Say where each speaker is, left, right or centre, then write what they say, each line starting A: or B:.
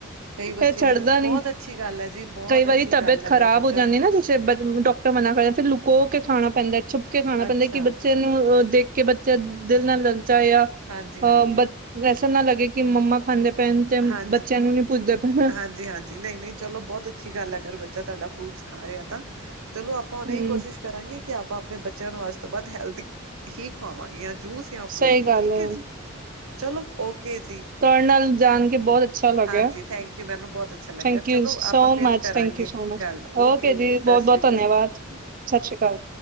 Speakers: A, on the right (about 90°); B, on the right (about 40°).
A: ਕਈ ਬੱਚੇ
B: ਏ ਛੱਡਦਾ
A: ਨਹੀਂ ਬਹੁਤ
B: ਨੀ।
A: ਅੱਛੀ ਗੱਲ ਹੈ ਜੀ ਬਹੁਤ
B: ਕਈ ਵਾਰੀ
A: ਅੱਛੀ
B: ਤਬੀਅਤ
A: ਗੱਲ ਹੈ
B: ਖਰਾਬ
A: ਅਗਰ ਬੱਚਾ
B: ਹੋ ਜਾਂਦੀ ਏ ਨਾ ਜ ਫੇਰ ਬ ਡੋਕਟਰ ਮਨਾ ਕਰਦੇ ਨ। ਫਿਰ ਲੁਕੋ ਕੇ ਖਾਣਾ ਪੈਂਦੈ, ਛੁੱਪ ਕੇ ਖਾਣਾ ਪੈਂਦੈ
A: ਅੱਛਾ
B: ਕਿ ਬੱਚੇ ਨੂੰ ਅ ਦੇਖ ਕੇ ਬੱਚਾ ਦਿਲ ਨਾ ਲਲਚਾਏ ਯਾ ਅ
A: ਹਾਂਜੀ ਹਾਂਜੀ
B: ਬੱ ਵੈਸਾ ਨਾ ਲਗੇ ਕਿ ਮੰਮਾ ਖਾਂਦੇ ਪਏਨ ਤੇ
A: ਹਾਂਜੀ
B: ਬੱਚਿਆਂ ਨੂੰ ਨੀ ਪੁੱਛਦੇ ਪੇਨ।
A: ਹਾਂਜੀ-ਹਾਂਜੀ ਨਈ-ਨਈ ਚਲੋ ਬੋਤ ਅੱਛੀ ਗੱਲ ਐ ਅਗਰ ਬੱਚਾ ਤਾਡਾ ਫਰੂਟਸ ਖਾ ਰਿਐ ਤਾਂ। ਚਲੋ ਆਪਾਂ ਹੂਨ
B: ਹੂੰ
A: ਐਈ ਕੋਸ਼ਿਸ਼ ਕਰਾਂਗੇ ਕਿ ਆਪਾਂ ਆਪਨੇ ਬੱਚਿਆਂ ਨੂੰ ਅੱਜ ਤੋਂ ਬਾਦ ਹੈਲਦੀ ਹੀ ਖਵਾਵਾਂਗੇ ਯਾਂ ਜੂਸ ਯਾਂ ਫਰੂਟਸ,
B: ਸਹੀ ਗੱਲ
A: ਠੀਕ
B: ਹੈ
A: ਐ ਜੀ। ਚਲੋ, ਓਕੇ ਜੀ।
B: ਤੁਆਡ ਨਾਲ ਜਾਣ ਕੇ ਬੋਤ ਅੱ ਛਾ ਲੱਗਿਆ।
A: ਹਾਂਜੀ ਥੈਂਕ ਯੂ ਮੈਨੂੰ ਬੋਤ ਅੱਛਾ ਲੱਗਿਆ
B: ਥੈਂਕ
A: ਚਲੋ
B: ਯੂ ਸੋ
A: ਆਪਾਂ ਫਿਰ
B: ਮਚ,
A: ਕਰਾਂਗੇ
B: ਥੈਂਕ ਯੂ ਸੋ ਮਚ।
A: ਗੱਲ
B: ਓਕੇ ਜੀ,
A: ਸਤਿ
B: ਬੌਤ-ਬੌਤ
A: ਸ਼੍ਰੀ ਅਕਾਲ
B: ਧਨਯਾਵਾਦ! ਸਤਿ ਸ਼੍ਰੀ ਅਕਾਲ।